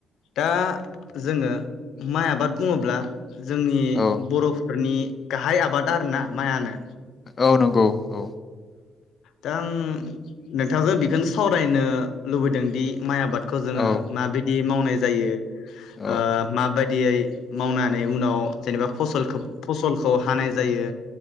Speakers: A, on the left (about 75°); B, on the left (about 25°).
A: दा जोङो माइ आबाद बुङोब्ला जोंनि
B: औ
A: बर'फोरनि गाहाय आबादा आरो ना माइआनो।
B: औ नंगौ औ
A: दा आं नोंथांजों बेखौनो सावरायनो लुबैदों दि माइ आबाद खौ जों
B: औ
A: माबिदि बि मावनाय जायो।
B: औ
A: ओ माबाय बिदियै मावनानै उनाव जेनेबा फसलखो-फसलखौ हानाय जायो